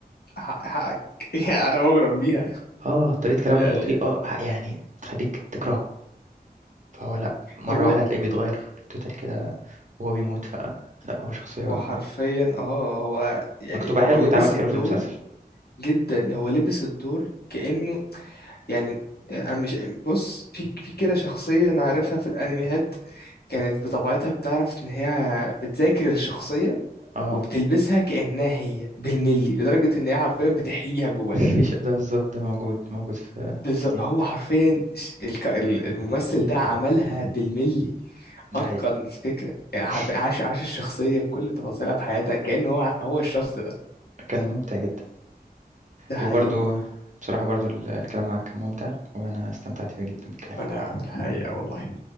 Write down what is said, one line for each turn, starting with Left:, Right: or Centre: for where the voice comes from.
Left: حق- حقك <laughs> يعني انا مغرم بيها
Right: آه، طريقة كلامه
Left: يعني
Right: بطيئة ع يعني تخلّيك تكرهه، فهو لأ، مرّة
Left: هو
Right: واحدة هتلاقيه بيتغيّر totally كده وهو بيموت، فلأ هو شخصية
Left: هو
Right: م
Left: حرفيا اه هو يعني
Right: مكتوبة
Left: هو
Right: حلو
Left: لبس
Right: واتعملت حلو
Left: الدور
Right: في المسلسل،
Left: جدا هو لبس الدور كأنه يعني آه، أنا مش بص في في كده شخصية أنا عارفها في الأنميات كانت بطبيعتها بتعرف إن هي بتذاكر الشخصية
Right: آه،
Left: وبتلبسها كأنها هي بالملي لدرجة إن هي حرفيا بتحييها جواها
Right: في ش ده بالضبط، ده موجود، موجود في
Left: بالظبط
Right: في سنيب،
Left: هو حرفيا ش- الك- ال- الممثل ده عملها بالملي اتقن
Right: ده حقيقي.
Left: الفكره يعني حرفيا
Right: <laughs>
Left: عاش عاش الشخصيه بكل تفاصيلها في حياتها كأن هو هو الشخص ده
Right: كان مُمتع جدًا،
Left: ده حقيقي
Right: وبرضه بصراحة برضه ال الكلام معاك كان مُمتع، وأنا استمتعت بيه جدًا بالكلام.
Left: وانا الحقيقه والله